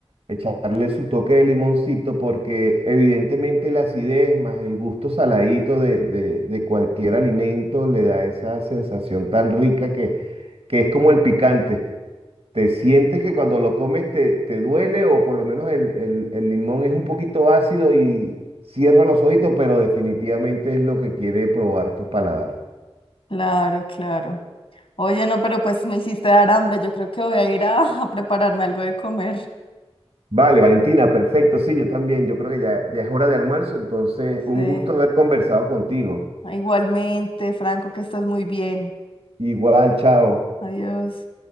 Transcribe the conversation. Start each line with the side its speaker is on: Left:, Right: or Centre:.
Right: echarle su toque de limoncito porque evidentemente la acidez más el gusto saladito de, de, de cualquier alimento le da esa sensación tan rica que, que es como el picante. ¿Te sientes que cuando lo comes te, te duele o por lo menos el, el- el limón es un poquito ácido y cierra los ojitos, pero definitivamente es lo que quiere probar tu paladar?
Left: Claro, claro. Oye, no, pero pues me hiciste dar hambre. Yo creo que voy a ir a, <laughs> a prepararme algo de comer.
Right: Vale, Valentina, perfecto. Sí, yo también. Yo creo que ya, ya es hora de almuerzo, entonces un
Left: Sí.
Right: gusto haber conversado contigo.
Left: Igualmente, Franco, que estés muy bien.
Right: Igual, chao.
Left: Adiós.